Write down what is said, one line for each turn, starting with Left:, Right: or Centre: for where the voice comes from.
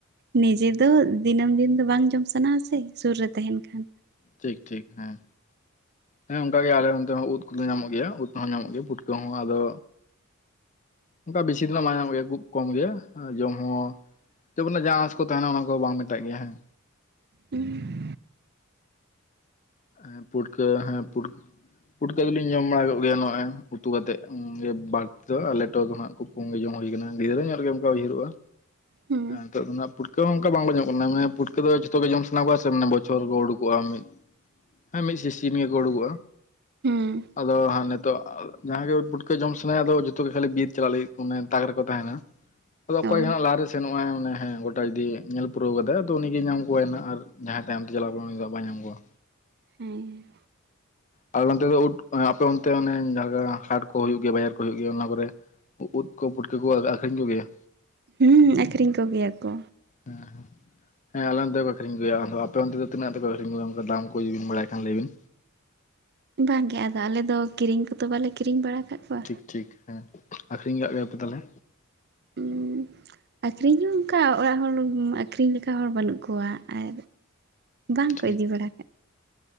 Right: ᱱᱤᱡᱮ ᱫᱚ ᱫᱤᱱᱟᱹᱢ ᱫᱤᱱ ᱫᱚ ᱵᱟᱝ ᱡᱚᱢ ᱥᱟᱱᱟ ᱟ ᱥᱮ ᱥᱩᱨ ᱨᱮ ᱛᱟᱦᱮᱱ ᱠᱷᱟᱱ
Left: ᱴᱷᱤᱠ ᱴᱷᱤᱠ ᱦᱮᱸ ᱦᱮᱸ ᱚᱱᱠᱟᱟᱜ ᱜᱮ ᱟᱞᱮ ᱚᱱᱛᱮ ᱦᱚᱸ ᱩᱫ ᱠᱚᱫᱚ ᱧᱟᱢᱚᱜ ᱜᱮᱭᱟ ᱩᱫ ᱦᱚᱸ ᱧᱟᱢᱚᱜ ᱜᱮᱭᱟ ᱯᱩᱴᱠᱟᱹ ᱦᱚᱸ ᱟᱫᱚ ᱚᱱᱠᱟ ᱵᱮᱥᱤ ᱫᱱᱟᱜ ᱢᱟᱟᱭ ᱧᱟᱢᱚᱜ ᱜᱮᱭᱟ ᱠᱷᱩᱵ ᱠᱚᱢ ᱜᱮᱭᱟ ᱟᱨ ᱡᱚᱢ ᱦᱚᱸ ᱪᱚᱵᱚᱱᱮ ᱡᱟᱦᱟᱸ ᱟᱸᱥ ᱠᱚ ᱛᱟᱦᱮᱱᱟ ᱚᱱᱟ ᱠᱚ ᱵᱟᱝ ᱢᱮᱛᱟᱜ ᱜᱮᱭᱟ ᱦᱮᱸ᱾
Right: ᱦᱩᱸ
Left: ᱦᱮᱸ ᱯᱩᱴᱠᱟᱹ ᱦᱮᱸ ᱯᱩᱴᱠ ᱯᱩᱴᱚᱠᱚ ᱫᱚᱞᱤᱧ ᱡᱚᱢ ᱵᱟᱲᱟᱠᱜ ᱜᱮᱭᱟ, ᱱᱚᱜᱼᱚᱭ ᱩᱛᱩ ᱠᱟᱛᱮᱫ ᱵᱟᱹᱲᱛᱤ ᱫᱚ ᱟᱞ ᱴᱚ ᱫᱚ ᱦᱟᱜ ᱠᱚ ᱠᱚᱸᱜᱮ ᱡᱚᱝ ᱦᱩᱭᱭᱟ ᱟᱠᱟᱱᱟ ᱜᱤᱫᱽᱨᱟᱹ ᱧᱮᱞ ᱜᱮ ᱚᱱᱠᱟ ᱩᱭᱟᱹᱨᱚᱜᱼᱟ,
Right: ᱦᱮᱸ
Left: ᱱᱤᱛᱚᱜ ᱫᱚ ᱱᱟᱱᱟᱜ ᱯᱩᱠᱟᱹ ᱦᱚᱸ ᱚᱱᱠᱟ ᱵᱟᱝᱠᱚ ᱧᱚᱜ ᱠᱟᱱᱟᱟᱱᱮ ᱯᱩᱟᱹᱠᱟᱹ ᱫᱚ ᱡᱚᱛ ᱜᱮ ᱡᱚᱢᱟᱱᱟ ᱠᱚᱣᱟ ᱥᱮ ᱢᱟᱱᱮ ᱵᱚᱪᱷᱚᱨ ᱠᱚ ᱩᱰᱩᱠᱚᱜᱼᱟ ᱢᱤᱫ ᱦᱮᱸ ᱢᱤᱫ ᱥᱤ ᱥᱤᱢ ᱜᱮᱠᱚ ᱩᱰᱩᱠᱚᱜᱼᱟ᱾
Right: ᱦᱩᱸ
Left: ᱟᱫᱚ ᱦᱟᱸᱜ ᱱᱤᱛᱚᱜ ᱡᱟᱦᱟᱸ ᱜᱮ ᱯᱩᱴᱠᱟᱹ ᱡᱚᱢ ᱥᱟᱱᱟᱭᱟ ᱟᱫᱚ ᱡᱚᱛᱚ ᱜᱮ ᱠᱷᱟᱹᱞᱤ ᱵᱤᱨ ᱪᱟᱞᱟᱜ ᱞᱟᱹᱜᱤᱫ ᱢᱟᱱᱮ ᱫᱟᱠ ᱨᱮᱠᱚ ᱛᱟᱦᱮᱱᱟ᱾ ᱟᱫᱚ ᱚᱠᱚᱭ
Right: ᱚ
Left: ᱫᱚ ᱱᱟᱜ ᱞᱟᱦᱟ ᱨᱮ ᱥᱮᱱᱚᱜᱼᱟ ᱳᱫᱽ ᱮᱴᱟᱜ ᱡᱩᱫᱤ ᱧᱮᱞ ᱯᱩᱨᱟᱹᱣ ᱠᱟᱫᱟᱭ ᱛᱫᱚ ᱩᱱᱤᱜᱮ ᱧᱟᱢ ᱠᱚᱣᱟᱟᱭᱱᱟᱹᱜ ᱟᱨ ᱡᱟᱦᱟᱸᱭ ᱛᱟᱭᱚᱢ ᱛᱮ ᱪᱟᱞᱞᱟᱣ ᱠᱟᱱᱟ ᱩᱱᱤ ᱫᱚᱟᱜ ᱵᱟᱭ ᱧᱟᱢ ᱠᱚᱣᱟ᱾
Right: ᱦᱮᱸ
Left: ᱟᱞᱮ ᱚᱱᱛᱮ ᱫᱚ ᱩᱴ ᱟᱯᱮ ᱚᱱᱛᱮ ᱚᱱᱮ ᱡᱟᱦᱟᱸ ᱞᱮᱠᱟ ᱦᱟᱴ ᱠᱚ ᱦᱩᱭᱩᱜ ᱜᱮᱭᱟ ᱵᱟᱡᱟᱨ ᱠᱚ ᱦᱩᱭᱩᱜ ᱜᱮᱭᱟ ᱚᱱᱟ ᱠᱚᱨᱮ ᱩᱫᱽ ᱠᱚ ᱯᱩᱴᱠᱳ ᱠᱚ ᱟᱠᱷᱨᱤᱧ ᱠᱚ ᱜᱮᱭᱟ?
Right: ᱦᱩᱸ ᱟᱹᱠᱷᱨᱤᱧ ᱠᱚᱜᱮᱭᱟ ᱠᱚ᱾
Left: ᱦᱮᱸ ᱦᱸᱮᱸ ᱟᱞᱮ ᱚᱱᱛᱮ ᱫᱚ ᱠᱚ ᱟᱠᱷᱨᱤᱧᱜᱭᱟ ᱟᱫᱚ ᱟᱯᱮ ᱚᱱᱛᱮ ᱫᱚ ᱛᱤᱱᱟᱹᱜ ᱛᱮᱯᱮ ᱟᱹᱷᱨᱤᱧᱜᱭᱟ ᱚᱱ ᱫᱟᱢ ᱠᱚ? ᱦᱳᱭ ᱡᱩᱫᱤ ᱵᱤᱱ ᱵᱟᱲᱟᱭᱟᱱ ᱠᱷᱟᱱ ᱞᱟᱹᱭᱵᱤᱱ᱾
Right: ᱵᱟᱝᱜᱮ ᱟᱫᱚ ᱟᱞᱮᱫ ᱫᱚ ᱠᱤᱨᱤᱧ ᱠᱚᱛᱚ ᱵᱟᱞᱮ ᱠᱤᱨᱤᱧ ᱵᱟᱲᱟ ᱟᱠᱟᱫ ᱠᱚᱣᱟ᱾
Left: ᱴᱷᱤᱠ ᱴᱷᱤᱠ ᱦᱮᱸ ᱟᱠᱷᱨᱤᱧ ᱠᱟᱜ ᱜᱮᱭᱟᱯᱮ ᱛᱟᱦᱚᱞᱮ?
Right: ᱦᱩᱸ ᱟᱠᱷᱨᱤᱧ ᱦᱚᱸ ᱚᱱᱠᱟ ᱚᱲᱟᱜ ᱩᱢ ᱟᱠᱷᱨᱤᱧ ᱞᱮᱠᱟ ᱦᱚᱲ ᱵᱟᱹᱱᱩᱜ ᱠᱚᱣᱟ, ᱟᱨ ᱵᱟᱝᱠᱚ
Left: ᱴᱷᱤᱠ
Right: ᱤᱫᱤ ᱵᱟᱲᱟ ᱠᱟᱜ